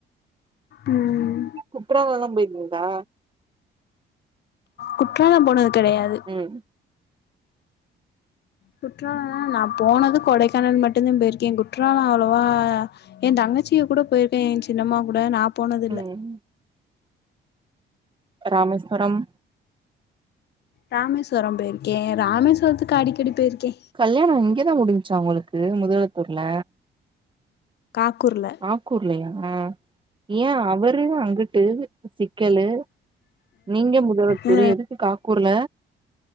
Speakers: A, on the left (about 55°); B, on the right (about 25°).
A: உம்
B: குப்றவாதொ பெயிட்ருக்கா
A: குற்றாலம் போனது கெடையாது
B: ம்
A: குற்றாலம் நா போனது கொடைக்கானல் மட்டும்தா பெயிருக்கேன் குற்றாலம் அவ்ளோவா என் தங்கச்சிய கூட பெயிருக்கே என் சின்னம்மா கூட நா போனது இல்ல
B: ம் ராமேஸ்வரம்
A: ராமேஸ்வரம் பெயிருக்கே ராமேஸ்வரத்துக்கு அடிக்கடி பெயிருக்கே
B: கல்யாணம் இங்கதா முடிஞ்சுச்சா ஒங்களுக்கு முதலத்தூர்ல
A: காக்கூர்ல
B: ஆக்கூர்லையா ஆ ஏன் அவரு அங்குட்டு சிக்கலு நீங்க முதலத்தூர்
A: அ
B: எதுக்கு காக்கூர்ல